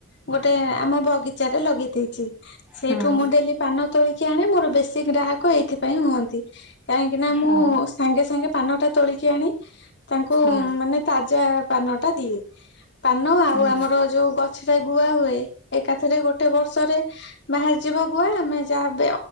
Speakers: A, on the left; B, in the centre.
A: ଗୋଟେ ଆମ ବଗିଚା ରେ ଲଗେଇ ଦେଇ <inaudible> ସେଇଠୁ
B: ହୁଁ
A: ମୁଁ ଡେଲି ପାନ ତୋଳକି ଆଣେ ମୋର ବେଶୀ ଗ୍ରାହକ ଲୋକ ଏଇଥିପାଇଁ ହୁଅନ୍ତି, କାହିଁକିନା
B: ହଁ
A: ମୁଁ ସାଙ୍ଗେ ସାଙ୍ଗେ ପାନଟା ତୋଳିକି ଆଣି କ
B: ହୁଁ
A: ମାନେ ତା ଯ ପାନ ଟା ଦିଏ। ପାନ ଆଉ
B: ହଁ
A: ଆମର ଯୋଉ ଗଛ ସେଟା ବୁଆ ହୁଏ। ଏକାଥରେ ଗୋଟେ ବର୍ଷରେ ବାହାରିଯିବ ଗୁଆ। ଆମେ ଯାହାବେ